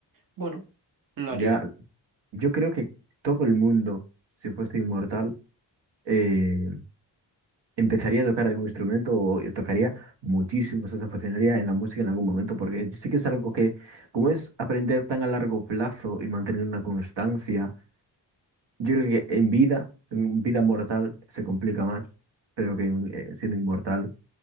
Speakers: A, on the right (about 45°); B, on the right (about 70°).
A: bueno, lo
B: Ya,
A: haría.
B: yo creo que todo el mundo, si fuese inmortal, eh, empezaría a tocar algún instrumento o eh, tocaría muchísimo, se aficionaría en la música en algún momento, porque sí que es algo que, como es aprender tan a largo plazo y mantener una constancia, Yo creo que en vida, en vida mortal, se complica más, pero que en- eh, siendo inmortal